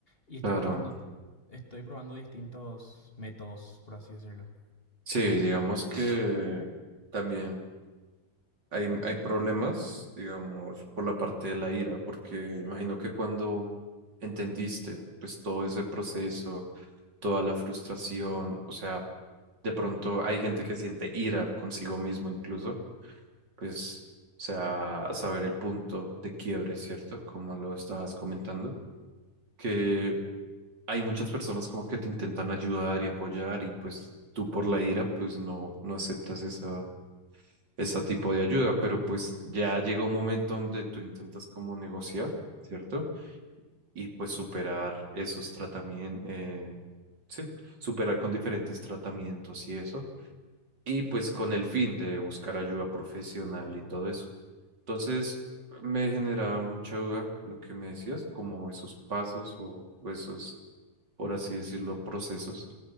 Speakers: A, on the left; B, on the right.
A: Y estoy
B: Claro.
A: probando, estoy probando distintos métodos, por así decirlo.
B: Sí, digamos que también hay, hay problemas, digamos, por la parte de la ira, porque imagino que cuando entendiste, pues todo ese proceso, toda la frustración, o sea, de pronto hay gente que siente ira consigo mismo incluso, pues, o sea, saber el punto de quiebre, ¿cierto? Como lo estabas comentando. que hay muchas personas como que te intentan ayudar y apoyar y pues tú por la ira pues no, no aceptas esa, ese tipo de ayuda, pero pues ya llega un momento donde tú intentas como negociar, ¿cierto? Y pues superar esos tratamientos, sí, superar con diferentes tratamientos y eso, y pues con el fin de buscar ayuda profesional y todo eso. Entonces me generaba mucha duda lo que me decías, como esos pasos o, o esos, por así decirlo, procesos.